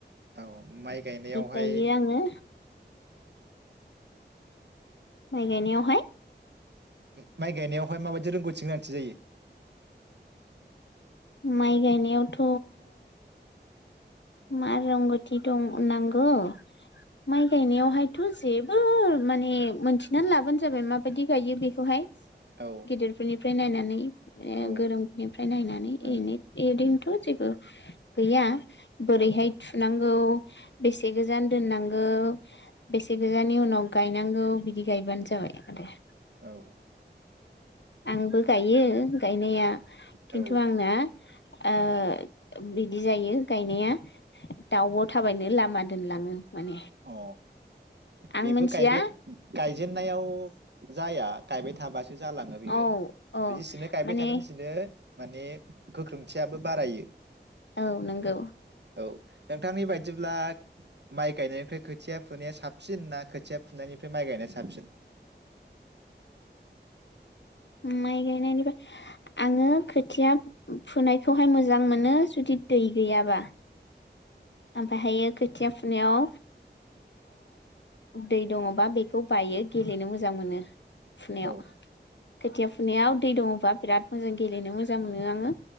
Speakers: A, on the right; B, on the left.
A: औ माइ गायनायावहाय
B: गायो आङो माइ गायनायावहाय
A: उम माइ गायनायावहाय माबायदि रोंगौथि गोनांथि जायो?
B: माइ गायनायावथ मा रोंगौथि दं नांगौ माइ गायनायावहायथ जेबो माने मोनथिनानै लाबानो जाबाय माबायदि गायो बेखौहाय।
A: औ
B: गेदेरफोरनिफ ओमफ्राय नायनानै। माने
A: औ
B: गोरोंफोरनिफ्राय नायनानै
A: ओ
B: इरैनो इदि थ जेबो गैया। बोरैहाय
A: औ
B: थुनां गौ। बेसे गोजान दोननां गौ बेसे गोजाननि उनाव गायनांगौ बिदि गायबानो जाबाय आरो
A: औ
B: आंबो गायो गायनाया खिन्थु
A: औ
B: आंना ओ बिदि जायो गायनाया दाउब थाबायनो लामा दोनलाङो माने
A: अ
B: आं
A: बेबो
B: मिथिया
A: गायबाय गायजेननायाव जाया गायबाय थाबास जालाङो बिबो
B: औ औ
A: जिसिनो गायबाय
B: माने
A: थागोन इसिनो माने गोख्रोंथियाबो बारायो
B: औ नंगौ
A: औ नोंथांनि बायदिब्ला माइ गायनाय मफ्राय खोथिया फुनाया साबसिन ना खोथिया फुनायनिफ्राय माइ गायनाया साबसिन
B: माइ गायनायनिफ्राय आङो खोथिया फुनायखौहाय मोजां मोनो जुदि दै गैयाब्ला ओमफ्रायहायो खोथिया फुनायाव दै दङबा बेखौ बायो गेलेनो मोजां मोनो फुनायाव
A: औ
B: खोथिया फुनायाव दै दङबा बिराद मोजां गेलेनो मोजां मोनो आङो